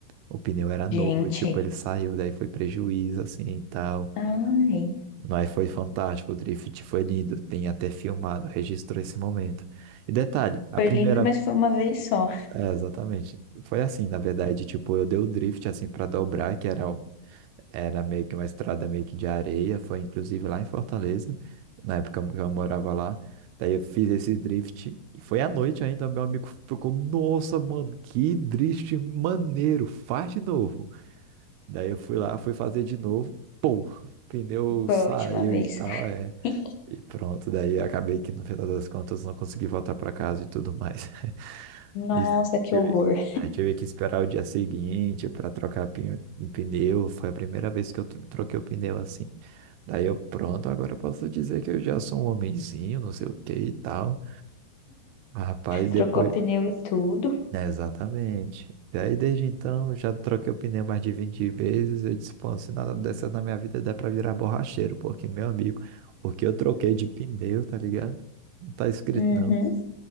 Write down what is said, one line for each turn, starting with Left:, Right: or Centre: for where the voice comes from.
Right: O pneu era novo,
Left: Gente.
Right: e, tipo, ele saiu, daí foi prejuízo, assim, e tal.
Left: Ai.
Right: Mas foi fantástico, o drift foi lindo. Tem até filmado, registrou esse momento. E detalhe, a
Left: Foi
Right: primeira...
Left: lindo, mas foi uma vez só.
Right: É, exatamente. Foi assim, na verdade, tipo, eu dei o drift, assim, pra dobrar, que era era meio que uma estrada meio que de areia, foi inclusive lá em Fortaleza, na época que eu morava lá. Daí eu fiz esse drift e foi à noite ainda, meu amigo ficou, nossa, mano, que drift maneiro, faz de novo. Daí eu fui lá, fui fazer de novo, pô, pneu
Left: Foi
Right: saiu
Left: a última vez.
Right: e tal, é.
Left: <laughs>
Right: E pronto, daí eu acabei que no final das contas não consegui voltar pra casa e tudo mais. <laughs>
Left: Nossa,
Right: Isso.
Left: que
Right: Tive,
Left: horror.
Right: é, tive que esperar o dia seguinte para trocar pin- o pneu. Foi a primeira vez que eu tro- troquei o pneu assim. Daí eu, pronto, agora eu posso dizer que eu já sou um homenzinho, não sei o que e tal. Mas, Rapaz, depois.
Left: Trocou pneu e tudo.
Right: É,
Left: <laughs>
Right: exatamente. Daí desde então já troquei o pneu mais de 20 vezes. Eu disse, pô, se nada dessas na minha vida dá pra virar borracheiro, porque, meu amigo, o que eu troquei de pneu, tá ligado? Não tá escrito,
Left: Uhum.
Right: não.